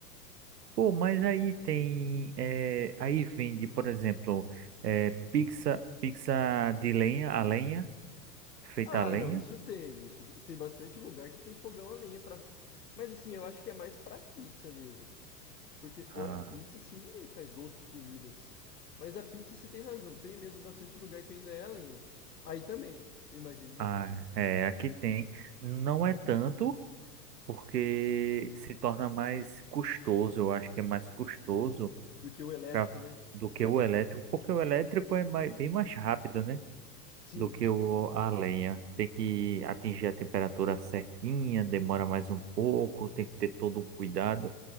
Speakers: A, on the right; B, on the left.
A: Pô, mas aí tem. é aí vende, por exemplo, é pizza, pizza de lenha, a lenha, feita
B: Ah,
A: a lenha.
B: não, isso tem, isso. Tem bastante lugar que tem fogão a lenha para, Mas assim, eu acho que é mais para pizza mesmo. Porque fora
A: Ah,
B: pizza, sim, ninguém faz outras comidas. Mas a pizza você tem razão, tem mesmo bastante lugar que ainda é a lenha. Aí também, eu imagino, né?
A: ah, é, aqui tem. Não é tanto, porque se torna mais custoso, eu acho que é mais custoso
B: Do que o elétrico,
A: pra,
B: né?
A: do que o elétrico, porque o elétrico é mai- bem mais rápido, né?
B: Sim.
A: Do que o, a lenha. Tem que atingir a temperatura certinha, demora mais um pouco, tem que ter todo um cuidado.